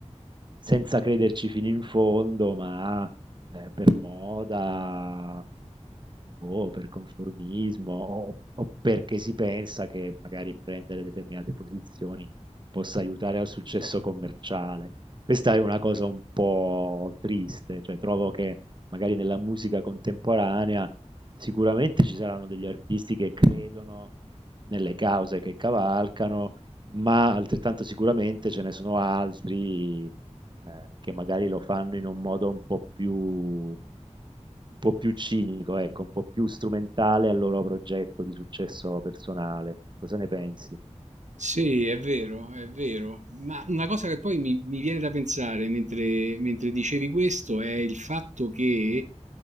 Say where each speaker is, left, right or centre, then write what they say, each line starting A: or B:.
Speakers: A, on the right; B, on the right.
A: senza crederci fino in fondo, ma eh, per moda, eh, boh, per conformismo o o perché si pensa che magari prendere determinate posizioni possa aiutare al successo commerciale. Questa è una cosa un po' triste, cioè trovo che magari nella musica contemporanea sicuramente ci saranno degli artisti che credono nelle cause che cavalcano, ma altrettanto sicuramente ce ne sono altri eh, che magari lo fanno in un modo un po' più, un po' più cinico, ecco, un po' più strumentale al loro progetto di successo personale. Cosa ne pensi?
B: Sì, è vero, è vero. Ma una cosa che poi mi, mi viene da pensare mentre, mentre dicevi questo è il fatto che